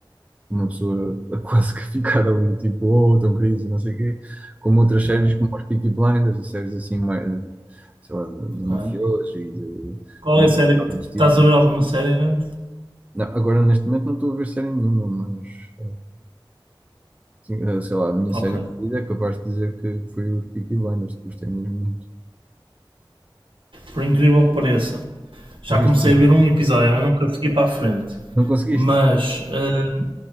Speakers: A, on the right; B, on the right.
A: uma pessoa a <laughs> quase que ficar ali, tipo, oh, tão crise, não sei o quê, como outras séries
B: Já,
A: como as Peaky Blinders e séries assim mais, eh, sei lá, de,
B: ok.
A: de mafiosos e de
B: Qual
A: malta
B: é a série
A: que dá
B: que
A: nos tiros,
B: estás a ver alguma série? antes?
A: não, agora, neste momento, não estou a ver série nenhuma, mas eh, sim, eh, sei lá, a minha
B: Ok.
A: série preferida é capaz de dizer que foi os Peaky Blinders, que gostei mesmo muito.
B: Por incrível que pareça, já
A: Não viste
B: comecei
A: ainda?
B: a ver um episódio, mas nunca fiquei para a frente.
A: Não conseguiste?
B: Mas hum,